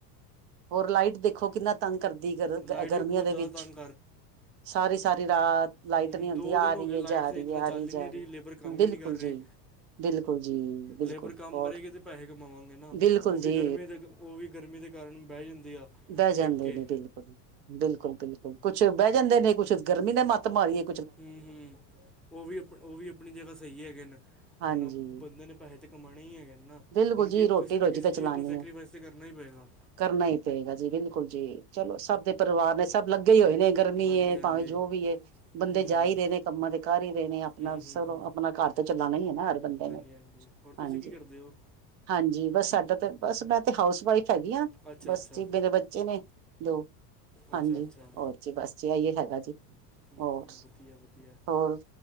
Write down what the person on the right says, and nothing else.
ਹੋਰ ਲਾਈਟ ਦੇਖੋ ਕਿੰਨਾ ਤੰਗ ਕਰਦੀ ਗਰ ਅ
ਗਰਮੀਆਂ
ਦੇ
ਵਿੱਚ
ਸਾਰੀ-ਸਾਰੀ ਰਾਤ। ਲਾਈਟ
ਨਹੀਂ ਹੁੰਦੀ
ਆ
ਰਹੀ
ਹੈ
ਜਾ
ਰਹੀ
ਹੈ ਆ
ਜਾ
ਬਿਲਕੁਲ
ਜੀ ਬਿਲਕੁਲ ਜੀ ਬਿਲਕੁਲ
ਔਰ
ਬਿਲਕੁਲ
ਜੀ
ਬਹਿ ਜਾਂਦੇ
ਨੇ ਬਿਲਕੁਲ-ਬਿਲਕੁਲ, ਬਿਲਕੁਲ ਕੁਛ ਬਹਿ ਜਾਂਦੇ ਨੇ ਕੁੱਛ ਗਰਮੀ ਨੇ ਮੱਤ ਮਾਰੀ ਏ।
ਹਾਂਜੀ
ਬਿਲਕੁਲ
ਜੀ
ਰੋਟੀ
ਰੋਜੀ
ਤਾਂ
ਚਲਾਉਣੀ
ਹੈ
ਕਰਨਾ ਹੀ ਪਏਗਾ ਜੀ ਬਿਲਕੁਲ ਜੀ, ਚਲੋਂ ਸਭ ਦੇ ਪਰਿਵਾਰ ਨੇ ਸਭ ਲੱਗੇ ਹੀ ਹੋਏ ਨੇ ਗ ਰਮੀ
ਏ
ਭਾਵੇਂ ਜੋ ਵੀ ਏ, ਬੰਦੇ
ਜਾ
ਹੀ ਰਹੇ ਨੇ ਕੰਮਾਂ ਤੇ ਕਰ ਹੀ ਰਹੇ ਨੇ ਆਪਣਾ
ਸ,
ਆਪਣਾ
ਘਰ ਤੇ ਚਲਾਨਾ ਈ ਐ ਨਾ ਹਰ ਬੰਦੇ
ਨੇ
ਹਾਂਜੀ
ਹਾਂਜੀ, ਬਸ ਸਾਡਾ ਤਾਂ ਬਸ ਮੈਂ ਤੇ ਹਾਊਸ ਵਾਈਫ ਹੈਗੀ ਆ,
ਬਸ
ਜੀ ਮੇਰੇ ਬੱਚੇ ਨੇ ਦੋ, ਹਾਂਜੀ,
ਹੋਰ ਚੇ, ਬਸ ਜੀ ਇਹ ਇਹਏ ਹੈਗਾ ਜੀ।
ਹੋਰ
ਹੋਰ